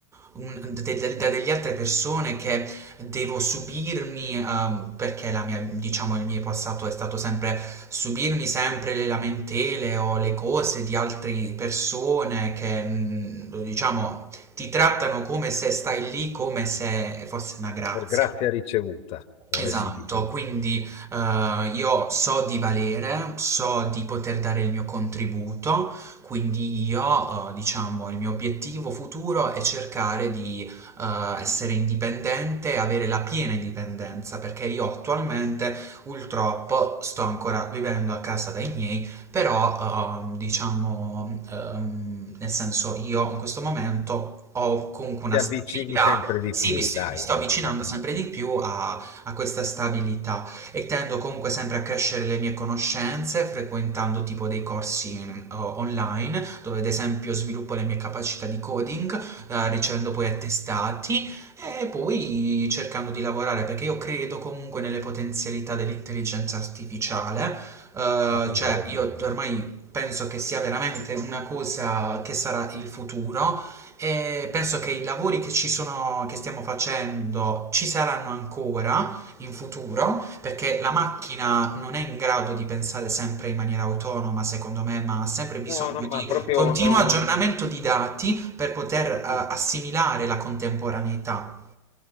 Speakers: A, on the right (about 15°); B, on the left (about 40°).
A: un- de- de- da delle altre persone che devo subirmi, ehm, perché la mia- diciamo, il mio passato è stato sempre subirmi sempre le lamentele o le cose di altre persone che, mm, diciamo, ti trattano come se stai lì, come se fosse una grazia.
B: per grazia ricevuta, come
A: Esatto,
B: si dice.
A: quindi eh, io so di valere, so di poter dare il mio contributo, quindi io, eh, diciamo, il mio obiettivo futuro è cercare di eh, essere indipendente e avere la piena indipendenza, perché io attualmente purtroppo sto ancora vivendo a casa dai miei, però ehm, diciamo, ehm, nel senso io in questo momento ho comunque una
B: Ti avvicini
A: stabilità,
B: sempre di
A: sì,
B: più,
A: mi,
B: dai,
A: mi sto avvicinando
B: ecco,
A: sempre di più a a questa stabilità e tendo comunque sempre a crescere le mie conoscenze frequentando tipo dei corsi in- o- online dove ad esempio sviluppo le mie capacità di coding eh, ricevendo poi attestati e poi cercando di lavorare perché io credo comunque nelle potenzialità dell'intelligenza artificiale. Eh,
B: assolutamente.
A: cioè, io ormai penso che sia veramente una cosa che sarà il futuro e penso che i lavori che ci sono, che stiamo facendo ci saranno ancora in futuro, perché la macchina non è in grado di pensare sempre in maniera autonoma, secondo me, ma ha sempre bisogno
B: No, no,
A: di
B: ma proprio
A: continuo
B: no,
A: aggiornamento di dati per poter eh, assimilare
B: sì,
A: la contemporaneità.